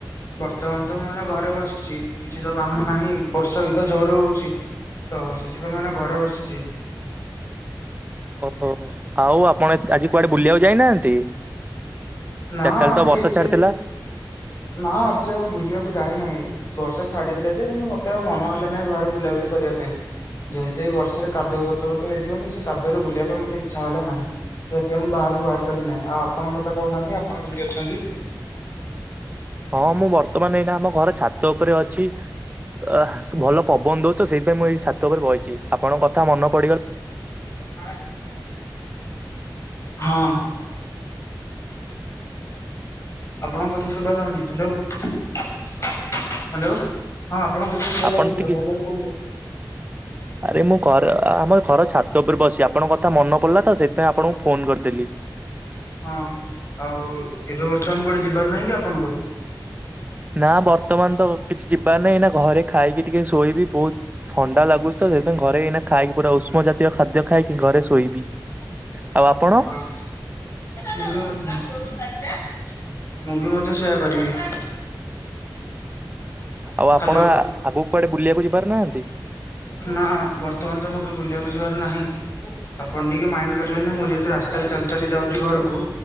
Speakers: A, on the left; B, on the right.
A: ବର୍ତ୍ତମାନ ତ ମୁଁ ଏନା ଘରେ ବସିଛି କିଛି ତ କାମ ନାହିଁ ବର୍ଷା ବି ତ ତ ଜୋର ହଉଛି ତ ସେଥିପାଇଁ ମାନେ ଘରେ ବସିଚି।
B: ଓହୋ ଆଉ ଏ ଆପଣ ଆଜି କୁଆଡେ ବୁଲିବାକୁ ଯାଇନାହାନ୍ତି।
A: ନା
B: ଚାର୍ଟାଳେ
A: ଆଜି
B: ତ ବର୍ଷା
A: ଏତେ
B: ଛାଡିଥିଲା।
A: ନା ଆଜି ଆଉ ବୁଲିବାକୁ ଯାଇନାହିଁ। ବର୍ଷା ଛାଡିଥିଲା ଯେ କିନ୍ତୁ ମତେ ଆଉ ମନ ହେଲା ନାହି ବାହାରେ ବୁଲାବୁଲି କରିବା ପାଇଁ। ଯେହେତୁ ଏଇ ବର୍ଷାରେ କାଦୁଅ ପଚପଚ ହେଇଥିବ କି ସେ କାଦୁରେ ବୁଲିବା ପାଇଁ ମୋତେ ଇଚ୍ଛା ହେଲା ନାହିଁ। ସେଥିଇଁ ମୁଁ ବାହାରକୁ ବାହାରି ପାରି ନାହିଁ ଆଉ ଆପଣ ମତେ କହୁନାହାନ୍ତି ଆପଣ କେମିତି ଅଛନ୍ତି।
B: ହଁ ମୁଁ ବର୍ତ୍ତମାନ ଏଇନା ଆମ ଘର ଛାତ ଉପରେ ଅଛି। ଅହ ସୂ ଭଲ ପବନ ଦଉଚି ସେଇଥିପାଇଁ ମୁଁ ଏଇ ଛାତ ଉପରେ ବଇଚି ଆପଣଙ୍କ କଥା ମନ ପଡିଗଲା
A: <inaudible> ହଁ। ଆପଣଙ୍କ କଥା ଶୁଭା ଯାଉନି ହ୍ୟାଲୋ। ହ୍ୟାଲୋ ହଁ ଆପଣଙ୍କ କଥା ସୁଭା
B: ଆପଣ
A: ଯାଉନଥିଲା
B: ଟିକେ
A: ଭଲରେ କୁହନ୍ତୁ।
B: ଆରେ ମୁଁ ଘର ଆମ ଘର ଛାତ ଉପରେ ବସି ଆପଣଙ୍କ କଥା ମନ ପଡ଼ିଲା ତ ସେଥିପାଇଁ ଆପଣଙ୍କୁ ଫୋନ କରିଦେଲି।
A: ହଁ ଆଉ ଏବେ ବର୍ତ୍ତମାନ କୁଆଡେ ଯିବାର ନାହିଁ କି ଆପଣଙ୍କର?
B: ନା ବର୍ତ୍ତମାନ ତ କିଛି ଯିବାର ନାହିଁ ଏଇନା ଘରେ ଖାଇକି ଟିକେ ଶୋଇବି ବହୁତ ଥଣ୍ଡା ଲାଗୁଛି ତ ସେଇଥିପାଇଁ ଘରେ ଏଇନା ଖାଇ ପୁରା ଉଷ୍ମ ଜାତୀୟ ଖାଦ୍ୟ ଖାଇକି ଘରେ ଶୋଇବି ଆଉ ଆପଣ?
A: ହଁ ମୁଁ ବି ମଧ୍ୟ ମୁଁ ବି ମଧ୍ୟ ସେୟା କରିବି।
B: ଆଉ ଆପଣ
A: ହ୍ୟାଲୋ
B: ଆଗକୁ କୁଆଡେ ବୁଲିବାକୁ ଯିବାର ନାହାଁନ୍ତି?
A: ନା ବର୍ତ୍ତମାନ ତମକୁ ବୁଲିବାକୁ ଯିବାର ନାହିଁ? ଆପଣ ଟିକେ ମାଇଁଣ୍ଡ କରିିବେନି ମୁଁ ଯେହେତୁ ରାସ୍ତାରେ ଚାଲି ଚାଲି ଯାଉଛି ଘରକୁ